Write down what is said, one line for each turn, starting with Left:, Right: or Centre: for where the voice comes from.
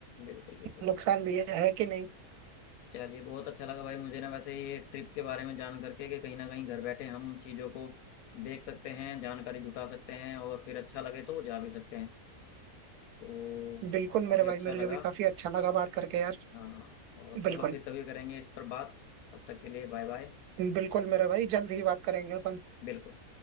Left: बिल्कुल बिल्कुल
Right: नुकसान भी है, है कि नहीं
Left: चलिए बहुत अच्छा लगा भाई मुझे ना वैसे ये ट्रिप के बारे में जान करके कि कहीं ना कहीं घर बैठे हम चीज़ों को देख सकते हैं जानकारी जुटा सकते हैं और फिर अच्छा लगे तो जा भी सकते हैं तो
Right: बिल्कुल
Left: काफ़ी
Right: मेरे भाई
Left: अच्छा
Right: मेरे
Left: लगा
Right: जो भी काफी अच्छा लगा बात करके यार
Left: हाँ और चलो
Right: बिल्कुल
Left: फिर कभी करेंगे इस पर बात तब तक के लिए बाय बाय
Right: बिल्कुल मेरे भाई जल्द ही बात करेंगे अपन
Left: बिल्कुल